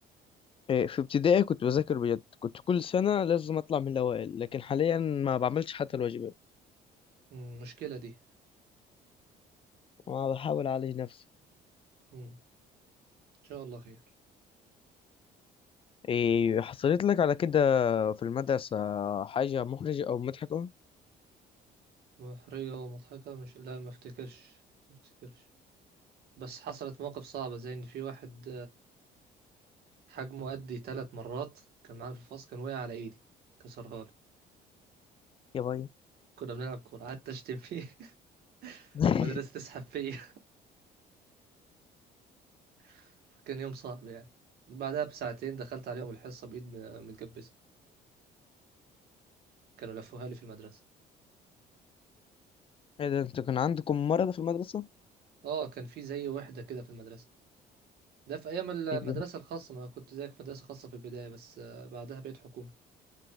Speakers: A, on the left; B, on the right.
A: إيه، في ابتدائي كنت بذاكر بجد كنت كل سنة لازم اطلع من الاوائل لكن حاليا ما بعملش حتى الواجبات
B: مم، مشكله دي
A: ما بحاول اعالج نفسي
B: مم، ان شاء الله خير
A: إيه حصلت لك على كده في المدرسة حاجة محرجة او مضحكة
B: محرجه ومضحكه مش لا ما افتكرش ما افتكرش بس حصلت مواقف صعبه زي ان في واحد حجمه قدي ثلاث مرات كان معانا في الفصل كان وقع على ايدي كسرها لي
A: يا باي
B: كنا بنلعب كورة قعدت اشتم فيه <laughs>
A: <laughs>
B: المدرسة تسحب فيا <laughs> كان يوم صعب يعني بعدها بساعتين دخلت عليهم الحصة بإيد م- متجبسة كانوا لفوها لي في المدرسة
A: ايه ده انتوا كان عندكم مرض في المدرسة
B: اه كان في زي وحدة كده في المدرسة ده في أيام المدرسة
A: يبقى
B: الخاصة ما كنت زيك في مدرسة خاصة في البداية بس آه، بعدها بقيت حكومي